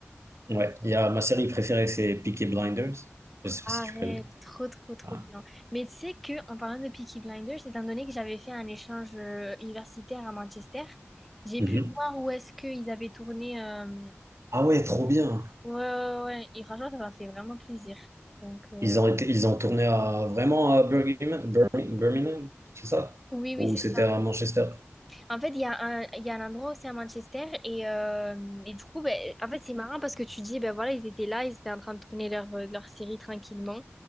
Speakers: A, on the right; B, in the centre.
A: Ouais, il y a ma série préférée, c'est Peaky Blinders. Je sais pas
B: Arrête,
A: si tu connais.
B: trop trop trop
A: Ah,
B: bien. Mais tu sais que en parlant de Peaky Blinders, étant donné que j'avais fait un échange euh, universitaire à Manchester, j'ai
A: Mhm.
B: pu voir où est-ce qu'ils avaient tourné. euh,
A: Ah ouais, trop bien.
B: Ouais, ouais, ouais. ouais. Et franchement, ça m'a fait vraiment plaisir. Donc euh,
A: Ils ont été, ils ont tourné à vraiment à Birmingham, Bir- Birmingham, c'est ça?
B: oui,
A: Ou
B: oui, c'est
A: c'était
B: ça.
A: à Manchester?
B: En fait, il y a un, il y a un endroit aussi à Manchester et, euh, et du coup, ben, en fait, c'est marrant parce que tu dis, ben voilà, ils étaient là, ils étaient en train de tourner leur, euh, leur série tranquillement.